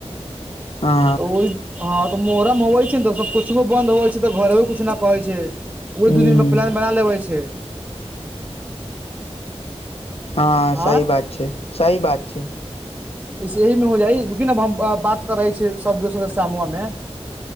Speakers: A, on the left; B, on the right.
A: हँ
B: तऽ ओहि हँ तऽ मोहरम होवै छै ने तऽ सब कुछुो बन्द होवै छै तऽ घरो क कुछु न कहै छै ओ
A: ह
B: दू दिन मे प्लान बना लेबे छै
A: हँ सही
B: आँय
A: बात छै सही बात छै
B: से एहिह में हो जाइ रूकी अ हम बात करे छै सब दोस्त सामवा मे